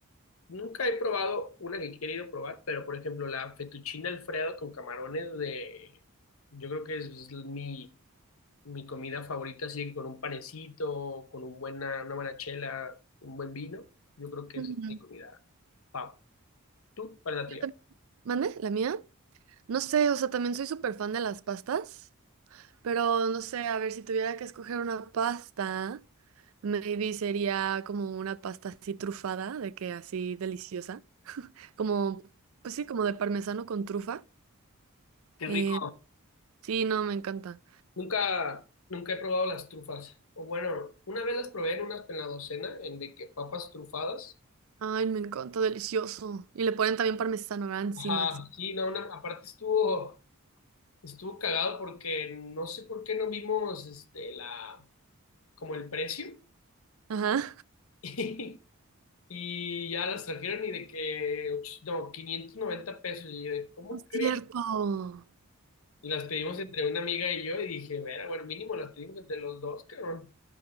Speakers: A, on the left; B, on the right.
A: nunca he probado una que he querido probar, pero por ejemplo, la fettuccine Alfredo con camarones de, yo creo que es mi, mi comida favorita, así que con un panecito, con un buena, una buena chela, un buen vino, yo creo que
B: Mm,
A: esa es mi comida. Pau, ¿tú? ¿Cuál es la
B: yo
A: tuya?
B: tam- ¿Mande? ¿La mía? No sé, o sea, también soy súper fan de las pastas. Pero no sé, a ver, si tuviera que escoger una pasta, maybe sería como una pasta así trufada, de que así deliciosa. Como, pues sí, como de parmesano con trufa.
A: Qué
B: Eh,
A: rico,
B: sí, no, me encanta.
A: Nunca, nunca he probado las trufas. O bueno, una vez las probé en unas en la docena, en de que papas trufadas.
B: Ay, me encanta, delicioso. Y le ponen también parmesano, ¿verdad? Encima,
A: Ajá,
B: así.
A: sí, no, una- aparte estuvo, estuvo cagado porque no sé por qué no vimos este la como el precio.
B: Ajá.
A: <laughs> Y ya las trajeron y de que, och- no, 590 pesos. Y yo de, ¿cómo
B: No es
A: crees?
B: cierto.
A: Y las pedimos entre una amiga y yo y dije, "Vera, bueno, mínimo las pedimos entre los dos, cabrón.